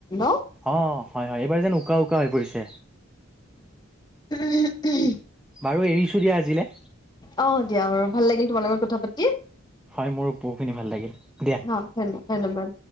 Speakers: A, on the left; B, in the centre.
A: ন
B: অ ', হয় হয় এইবাৰ যেন উকা উকা হৈ পৰিছে
A: উম,
B: বাৰু এৰিছো দিয়া আজিলৈ
A: অ' দিয়া বাৰু ভাল লাগিল তোমাৰ লগত কথা পাতি
B: হয় মোৰো পহুখিনি ভাল লাগিল দিয়া
A: অ' ধন্য ধন্যবাদ।